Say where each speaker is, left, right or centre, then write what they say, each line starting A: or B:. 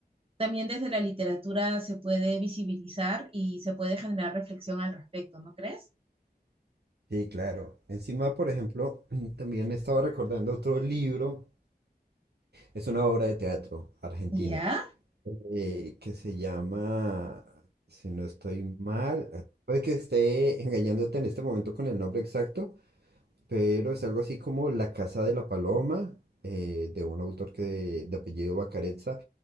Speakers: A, on the right; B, on the right.
A: también desde la literatura se puede visibilizar y se puede generar reflexión al respecto, ¿no crees?
B: Sí, claro. Encima, por ejemplo, <clears throat> también estaba recordando otro libro, es una obra de teatro argentina,
A: Ya.
B: eh, que se llama, si no estoy mal, eh, puede que esté engañándote en este momento con el nombre exacto, pero es algo así como La Casa de la Paloma, eh, de un autor que de, apellido Bacarezza,